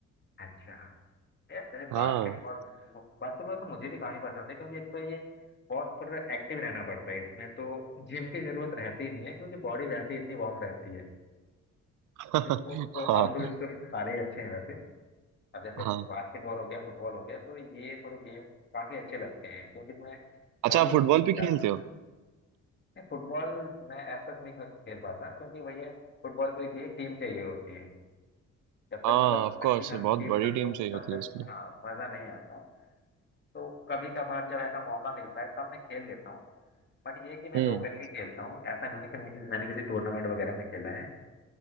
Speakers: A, on the left; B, on the right.
A: अच्छा यार जैसे
B: हाँ
A: बास्केटबॉल बास्केटबॉल तो मुझे भी काफी पसंद है क्योंकि एक तो ये बहुत थोड़ा एक्टिव रहना पड़ता है इसमें तो जिम की जरूरत रहती ही नहीं है क्योंकि बॉडी वैसे ही इतनी वार्म रहती है
B: <laughs>
A: तो स्पोर्ट्स तो
B: हाँ
A: आउटडोर स्पोर्ट्स तो सारे ही अच्छे हैं वैसे अब जैसे
B: हाँ
A: बास्केटबॉल हो गया फुटबॉल हो गया तो ये थोड़े गेम काफी अच्छे लगते हैं क्योंकि इसमें
B: अच्छा
A: बॉडी
B: आप
A: को
B: फुटबॉल
A: थोड़ा सा
B: भी
A: ज्यादा
B: खेलते हो
A: नहीं फुटबॉल मैं ऐसा नहीं ख- खेल पाता क्योंकि भैया फुटबॉल के लिए चाहिए टीम चाहिए होती है जब तक
B: हाँ
A: मतलब
B: ऑफ
A: अच्छी
B: कोर्स
A: खासी
B: बहुत
A: टीम
B: बड़ी
A: ना
B: टीम
A: हो
B: चाहिए
A: तब
B: होती
A: तक
B: है उसके लिए
A: हाँ मजा नहीं आता तो कभी कभार जब ऐसा मौका मिलता है तब मैं खेल लेता हूँ बट ये है कि मैं
B: हम्म
A: लोकली ही खेलता हूँ ऐसा नहीं है कि मैं किसी- मैंने किसी टूर्नामेंट वगैरह में खेला है